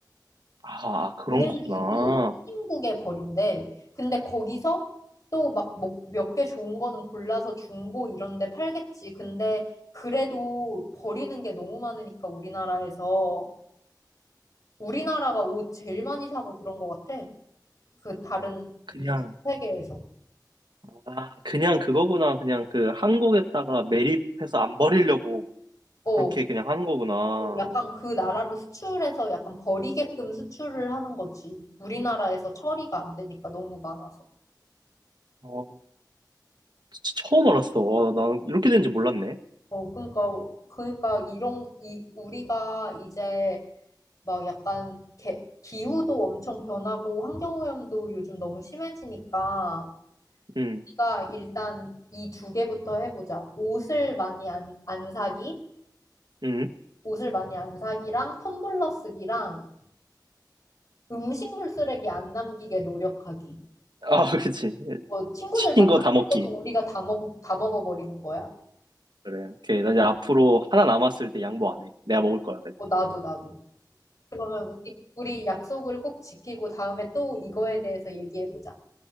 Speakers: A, on the right (about 80°); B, on the left (about 50°).
A: 아, 그런
B: 돈을
A: 거구나.
B: 주고 후진국에 버린대. 근데 거기서 또막 뭐 몇개 좋은 거는 골라서 중고 이런 데 팔겠지. 근데 그래도 버리는 게 너무 많으니까 우리나라에서 우리나라가 옷 제일 많이 사고 그런 것 같아. 그 다른
A: 그냥,
B: 뭐 세계에서.
A: 아, 그냥 그거구나. 그냥 그 한국에다가 매립해서 안 버리려고
B: 어,
A: 그렇게 그냥 하는 거구나.
B: 약간 그 나라로 수출해서 약간 버리게끔 수출을 하는 거지. 우리나라에서 처리가 안 되니까 너무 많아서.
A: 어, 진짜 처음 알았어. 와, 나 이렇게 되는지 몰랐네.
B: 어, 그러니까 그러니까 이런 이 우리가 이제 막 약간 개, 기후도 엄청 변하고 환경오염도 요즘 너무 심해지니까
A: 응,
B: 우리가 일단 이 두 개부터 해보자. 옷을 많이 안, 안 사기,
A: 응.
B: 옷을 많이 안 사기랑 텀블러 쓰기랑 음식물 쓰레기 안 남기게 노력하기.
A: 아, <laughs> 그치.
B: 뭐 친구들
A: 시킨
B: 만났을
A: 거 다 먹기.
B: 때도 우리가 다 먹, 다 먹어버리는 거야.
A: 그래, 오케이. 나 이제 앞으로 하나 남았을 때 양보 안 해. 내가 먹을 거야, 그냥.
B: 뭐 나도 나도. 그러면 우리, 우리 약속을 꼭 지키고 다음에 또 이거에 대해서 얘기해보자.